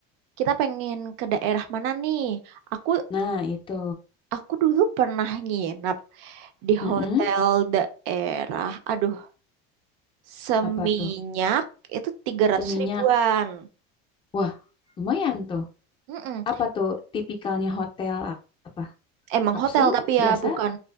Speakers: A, on the right (about 80°); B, on the left (about 15°).
A: kita pengen ke daerah mana nih? Aku
B: Nah, itu.
A: aku dulu pernah nginap di
B: Heeh.
A: hotel daerah aduh seminyak
B: Apa tuh?
A: itu tiga ratus
B: Seminyak.
A: ribuan
B: Wah, lumayan tuh.
A: Mm-mm.
B: Apa tuh tipikalnya hotel a- apa?
A: emang
B: Kapsul
A: hotel tapi ya
B: biasa?
A: bukan